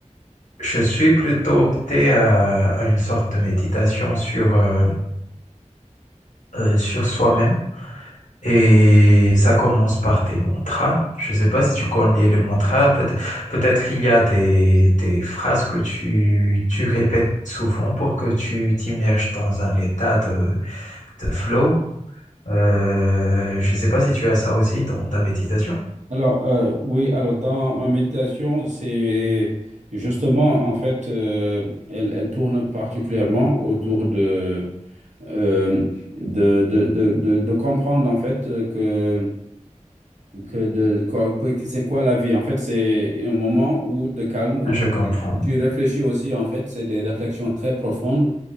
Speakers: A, on the left; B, on the right.
A: Je suis plutôt opté à, à une sorte de méditation sur euh, euh, sur soi-même Et ça commence par tes mantras. Je ne sais pas si tu connais le mantra. Peut- Peut-être il y a des, des phrases que tu, tu répètes souvent pour que tu t'immerges dans un état de, de flow. Euh, je ne sais pas si tu as ça aussi dans ta méditation.
B: Alors, euh, oui, alors dans ma méditation, c'est justement, en fait, euh, elle, elle tourne particulièrement autour de. euh, de, de, de, de, de comprendre en fait euh, que que de, quoi- oui, que c'est quoi la vie? En fait, c'est un moment où, de calme où
A: Ah, Je
B: tu,
A: comprends.
B: où tu réfléchis aussi. En fait, c'est des réflexions très profondes